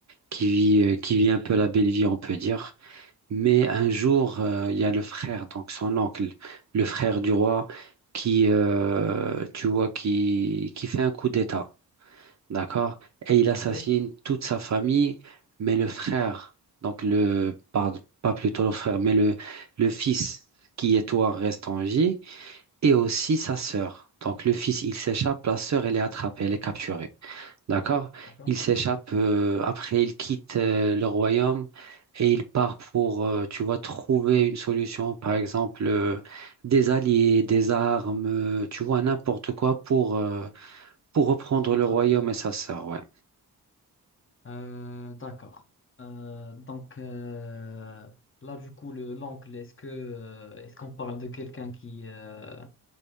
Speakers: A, on the right; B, on the left.
A: qui vit, euh, qui vit un peu la belle vie, on peut dire. Mais un jour, euh, il y a le frère, donc son oncle, le frère du roi, qui, euh, tu vois, qui, qui fait un coup d'État. D'accord? Et il assassine
B: Ok.
A: toute sa famille, mais le frère, donc le, pardon, pas plutôt le frère, mais le, le fils qui est toi reste en vie, et aussi sa sœur. Donc le fils, il s'échappe, la sœur, elle est attrapée, elle est capturée. D'accord?
B: D'accord.
A: Il s'échappe, euh, après il quitte euh, le royaume et il part pour, euh, tu vois, trouver une solution, par exemple, euh, des alliés, des armes, euh, tu vois, n'importe quoi pour, euh, pour reprendre
B: Pour contre-attaquer.
A: le royaume et sa sœur, ouais.
B: Euh, d'accord. Euh, donc euh, là, du coup, le l'angle, est-ce que euh, est-ce qu'on parle de quelqu'un qui euh,